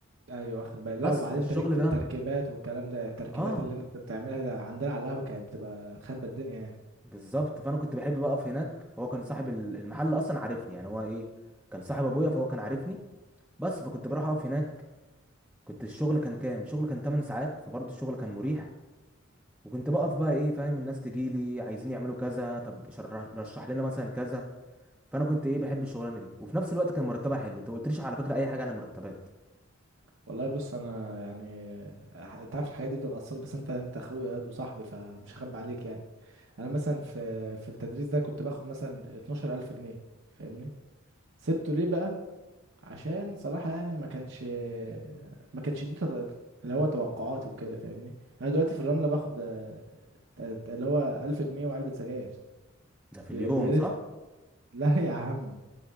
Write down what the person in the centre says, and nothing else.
بس
في الشغل
ده
اه
بالظبط فانا كنت بحب بقف هناك هو كان صاحب ال- المحل اصلا عارفني يعني هو ايه كان صاحب ابويا فهو كان عارفني بس فكنت بروح اقف هناك كنت الشغل كان كام الشغل كان 8 ساعات فبرضه الشغل كان مريح وكنت بقف بقى ايه فاهم الناس تجي لي عايزين يعملوا كذا طب شر- رشح لنا مثلا كذا فانا كنت ايه بحب الشغلانه دي وفي نفس الوقت كان مرتبها حلو انت ما قلتليش على فكره اي حاجه عن المرتبات
ده في اليوم
صح